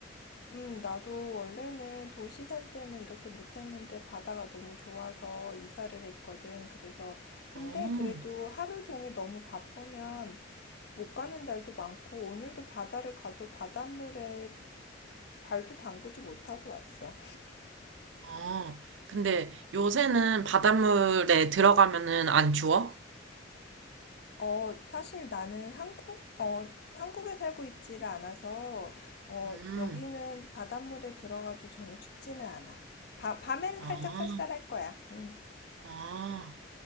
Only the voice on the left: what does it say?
음, 나도 원래는 도시 살 때는 이렇게 못했는데 바다가 너무 좋아서 이사를 했거든. 그래서, 근데
그래도 하루 종일 너무 바쁘면 못 가는 날도 많고, 오늘도 바다를 가도 바닷물에 발도 담그지 못하고 왔어.
어, 사실 나는 한국, 어, 한국에 살고 있지를 않아서, 어,
여기는 바닷물에 들어가도 전혀 춥지는 않아. 바, 밤에는
살짝 쌀쌀할 거야. 응,